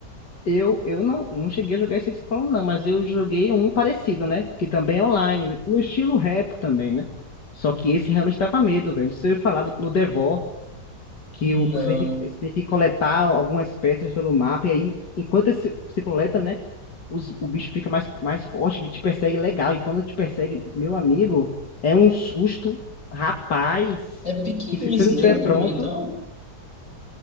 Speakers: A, on the left; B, on the left.
A: eu, eu não, não cheguei a jogar esse que você falou, não, mas eu joguei um parecido, né? Que também é online, no estilo rap também, né? Só que esse realmente dava medo, velho. Não sei falar do- no Devo. que
B: Não.
A: o- você tem que, você tem que coletar algumas peças pelo mapa, e aí, enquanto esse- você coleta, né, os- o bicho fica mais, mais forte, e te persegue legal, e quando te persegue, meu amigo, é um susto, rapaz,
B: É pique
A: que se
B: um Slenderman,
A: você não tiver pronto,
B: então?